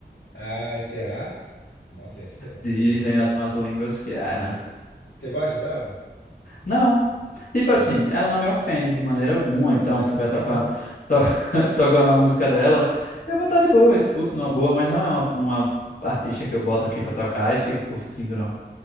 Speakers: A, on the left (about 80°); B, on the left (about 50°).
A: Ai, será? Nossa, ia ser uma coisa,
B: Dizem
A: hein?
B: as más línguas que é,
A: Nas línguas.
B: né?
A: Você gosta dela?
B: Não. Tipo
A: Não.
B: assim, ela não me ofende de maneira alguma,
A: Não me
B: então
A: ofende.
B: se estiver tocando,
A: Aham.
B: to- <laughs> tocando uma música dela, eu vou estar de boa, escuto numa boa, mas não é uma, uma artista que eu boto aqui pra tocar e fico curtindo, não.